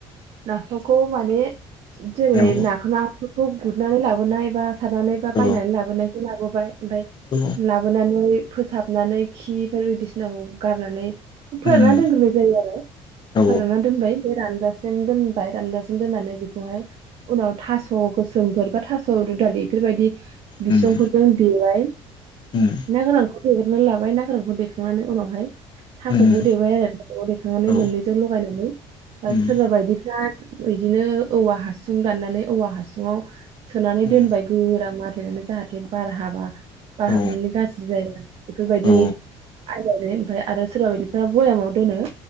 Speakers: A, on the right; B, on the left.
A: नाफामखौ माने जेरै
B: औ
A: नाखौ नाफोरखौ गुरनानै लाबो अ नायबा सारनानै बा
B: औ
A: बायनानै लाबोनायखौ लाबोबाय ओमफ्राय
B: औ
A: लाबोनानै फोसाबनानै खिफोर बायदिसिनाखौ गारनानै फोरानना
B: उम
A: दोनग्रोनाय जायो आरो
B: औ
A: फोराननानै रानजासिम दोनबाय रानजासिम दोननानै बेखौ बेखौहाय उनाव था ह गोसोमफोर बा थास' रु दालि बेफोरबायदि बिसंफोरजों
B: उम
A: देबाय
B: उम
A: ना गोरानखौ देग्रोना लाबाय ना गोरानखौ देखांनानै उनावहाय थास'खौ
B: उम
A: देबाय आरो थास'खौ देखांनानै
B: औ
A: मोननैजों लगायनानै
B: उम
A: सोरबा बायदिफ्रा दा इदिनो औवा हासुं दाननानै औवा हासुुंआव सोनानै
B: उम
A: दोनबाय गोरा मारि होथेनानै जाहाथे बार हाबा। बार
B: औ
A: हाबनानै गाज्रि जायो बेफोरबायदि
B: औ
A: ओमफ्राय आरो सोरबा बायदिफ्रा भयामाव दोनो।